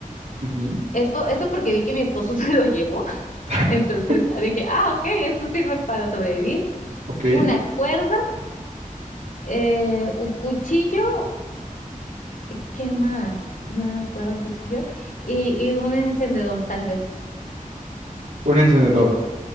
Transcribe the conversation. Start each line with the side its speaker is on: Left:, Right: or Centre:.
Right: ujú,
Left: Eso, eso porque vi que mi esposo <laughs> se lo llevó.
Right: <laughs>
Left: Entonces dije, ah, ok, esto sirve para sobrevivir.
Right: Ok.
Left: Una cuerda eh, un cuchillo, ¿qué más? Una cuerda, un cuchillo y, y un encendedor, tal vez.
Right: Un encendedor,